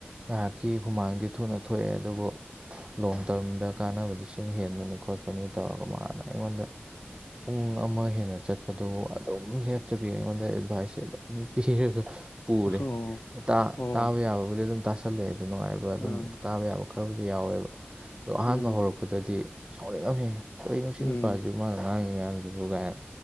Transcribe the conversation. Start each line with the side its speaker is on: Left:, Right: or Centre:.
Right: ꯉꯥꯏꯍꯥꯛꯀꯤ ꯍꯨꯃꯥꯡꯗꯤ ꯊꯨꯅ ꯊꯣꯛꯑꯦ ꯑꯗꯨꯕꯨ ꯂꯣꯡ ꯇ꯭ꯔꯝꯗ ꯀꯥꯟꯅꯕꯗꯤ ꯁꯤꯅ ꯍꯦꯟꯕꯅꯤ ꯈꯣꯠꯄꯅꯤ ꯇꯧꯔꯒ ꯃꯥꯅ ꯑꯩꯉꯣꯟꯗ ꯄꯨꯡ ꯑꯃ ꯍꯦꯟꯅ ꯆꯠꯄꯗꯨ ꯋꯥ__ <unintelligible> ꯑꯗꯨꯝ ꯂꯦꯞꯇꯕꯤ ꯑꯩꯉꯣꯟꯗ ꯑꯦꯗꯚꯥꯏꯁꯁꯦ ꯑꯗꯨꯝ ꯄꯤꯔꯒ__ <unintelligible> ꯄꯨꯔꯦ
Left: ꯑꯣ
Right: ꯇꯥ
Left: ꯑꯣ
Right: ꯇꯥꯕ ꯌꯥꯕꯕꯨꯗꯤ ꯑꯗꯨꯝ ꯇꯥꯁꯜꯂꯛꯑꯦ ꯑꯗꯨ ꯅꯨꯡꯉꯥꯏꯕ ꯑꯗꯨꯝ
Left: ꯑꯥ
Right: ꯇꯥꯕ ꯌꯥꯕ__ ꯈꯔꯕꯨꯗꯤ ꯌꯥꯎꯋꯦꯕ ꯑꯗꯣ ꯑꯍꯥꯟꯕ
Left: ꯎꯝ
Right: ꯍꯧꯔꯛꯄꯗꯗꯤ ꯁꯥꯎꯅꯤꯡ ꯉꯝꯃꯦ ꯀꯩꯅꯣ ꯁꯤ
Left: ꯎꯝ
Right: ꯅꯨꯄꯥꯁꯤꯕꯨ ꯃꯥꯅ ꯉꯥꯡꯉꯤ ꯃꯌꯥꯝꯁꯤꯕꯨ ꯀꯥꯏꯅ